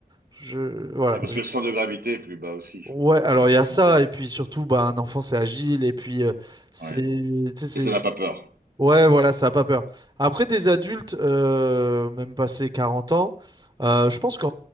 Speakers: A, on the right (about 25°); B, on the right (about 70°).
A: Je, voilà.
B: Et parce que le centre de gravité est plus bas aussi
A: Ouais, alors
B: pour les
A: il
B: enfants,
A: y a ça,
B: quoi.
A: et puis surtout, bah, un enfant c'est agile, et puis euh, c'est.
B: Ouais.
A: tu sais, c'est-
B: Et ça n'a
A: c'est-
B: pas peur.
A: Ouais, voilà, ça a pas peur. Après, des adultes, euh, même passé 40 ans, euh, je pense que